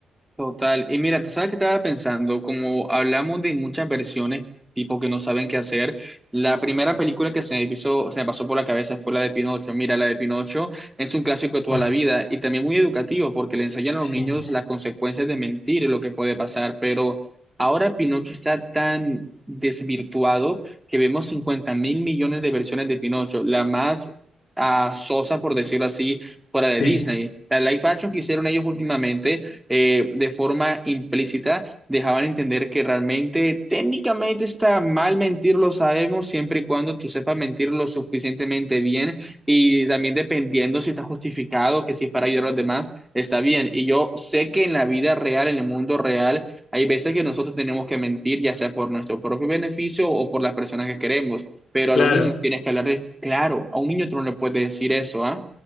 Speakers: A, in the centre; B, on the left.
A: Total. Y mira, tú sabes que estaba pensando, como hablamos de muchas versiones, tipo que no saben qué hacer, la primera película que se me hizo- se me pasó por la cabeza fue la de Pinocho. Mira, la de Pinocho es un clásico de toda
B: Ah,
A: la vida y también muy educativo porque le enseñan
B: sí,
A: a los niños las consecuencias de mentir y lo que puede pasar. Pero ahora Pinocho está tan desvirtuado que vemos 50 mil millones de versiones de Pinocho. La más ah, sosa, por decirlo así, fuera de
B: sí,
A: Disney. La live action que hicieron ellos últimamente eh, de forma implícita dejaban entender que realmente técnicamente está mal mentir, lo sabemos, siempre y cuando tú sepas mentir lo suficientemente bien y también dependiendo si está justificado, que si es para ayudar a los demás, está bien. Y yo sé que en la vida real, en el mundo real, hay veces que nosotros tenemos que mentir, ya sea por nuestro propio beneficio o por las personas que queremos, pero
B: claro.
A: a los niños tienes que hablarles claro, a un niño tú no le puedes decir eso, ¿ah?